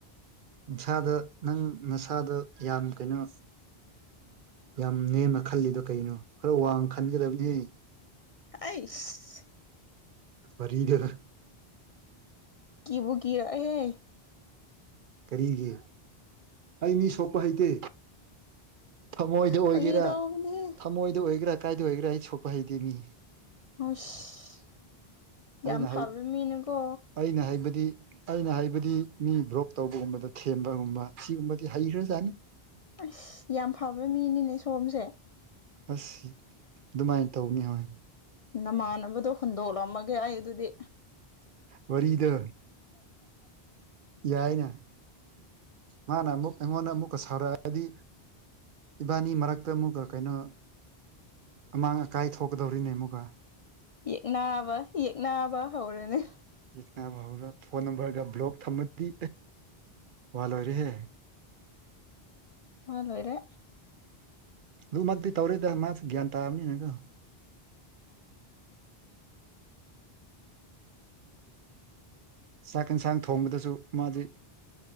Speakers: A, on the right; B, on the left.
A: ꯅꯁꯥꯗ ꯅꯪ ꯅꯁꯥꯗ ꯌꯥꯝ ꯀꯩꯅꯣ ꯌꯥꯝ ꯅꯦꯝꯅ ꯈꯜꯂꯤꯗꯣ ꯀꯩꯅꯣ ꯈꯔ ꯋꯥꯡꯅ ꯈꯟꯒꯗꯕꯅꯦꯍꯦ
B: ꯑꯩꯁ
A: ꯋꯥꯔꯤꯗꯣ
B: ꯀꯤꯕꯨ ꯀꯤꯔꯛꯑꯦꯍꯦ
A: ꯀꯔꯤꯒꯤ ꯑꯩ ꯃꯤ ꯁꯣꯛꯄ ꯍꯩꯇꯦ ꯊꯃꯣꯏꯗ ꯑꯣꯏꯒꯦꯔꯥ
B: ꯐꯥꯒꯤ ꯇꯧꯕꯅꯦꯍꯦ
A: ꯊꯃꯣꯏꯗ ꯑꯣꯏꯒꯦꯔꯥ ꯀꯥꯏꯗ ꯑꯣꯏꯒꯦꯔꯥ ꯑꯩ ꯁꯣꯛꯄ ꯍꯩꯇꯦ ꯃꯤ
B: ꯍꯁ ꯌꯥꯝ
A: ꯑꯩꯅ
B: ꯐꯥꯕꯤ
A: ꯍꯩ
B: ꯃꯤꯅꯦꯀꯣ
A: ꯑꯩꯅ ꯍꯥꯏꯕꯗꯤ ꯑꯩꯅ ꯍꯥꯏꯕꯗꯤ ꯃꯤ ꯕ꯭ꯔꯣꯛ ꯇꯧꯕꯒꯨꯝꯕꯗꯨ ꯊꯦꯝꯕꯒꯨꯝꯕ ꯁꯤꯒꯨꯝꯕꯗꯤ ꯍꯩꯈ꯭ꯔꯖꯥꯠꯅꯤ
B: ꯑꯁ ꯌꯥꯝ ꯐꯕ ꯃꯤꯅꯤꯅꯦ ꯁꯣꯝꯁꯦ
A: ꯑꯁ ꯑꯗꯨꯃꯥꯏꯅ ꯇꯧꯕꯥꯅꯤ ꯍꯣꯏ
B: ꯅꯃꯥꯟꯅꯕꯗꯣ ꯍꯨꯟꯗꯣꯛꯂꯝꯃꯒꯦ ꯑꯩ ꯑꯗꯨꯗꯤ
A: ꯋꯥꯔꯤꯗꯣ ꯌꯥꯏꯅꯦ ꯃꯥꯅ ꯑꯃꯨꯛ ꯑꯩꯉꯣꯟꯗ ꯑꯃꯨꯛꯀ ꯁꯥꯎꯔꯛꯑꯗꯤ ꯏꯕꯥꯅꯤ ꯃꯔꯛꯇ ꯑꯃꯨꯛꯒ ꯀꯩꯅꯣ ꯑꯃꯥꯡ ꯑꯀꯥꯏ ꯊꯣꯛꯀꯗꯧꯔꯤꯅꯦ ꯑꯃꯨꯛꯒ
B: ꯌꯦꯛꯅꯕ ꯌꯦꯛꯅꯕ ꯍꯧꯔꯅꯤ
A: ꯌꯦꯛꯅꯥꯕ ꯍꯩꯔ ꯐꯣꯟ ꯅꯝꯕꯔꯗ ꯕ꯭ꯂꯣꯛ ꯊꯝꯃꯗꯤ ꯋꯥ ꯂꯣꯏꯔꯦꯍꯦ
B: ꯋꯥ ꯂꯣꯏꯔꯦ
A: ꯑꯗꯨꯃꯛꯇꯤ ꯇꯧꯔꯣꯏꯗ ꯃꯥꯁꯨ ꯒ꯭ꯌꯥꯟ ꯇꯥꯕꯅꯤꯅꯥꯀꯣ ꯆꯥꯛ ꯌꯦꯟꯁꯥꯡ ꯊꯣꯡꯕꯗꯁꯨ ꯃꯥꯗꯤ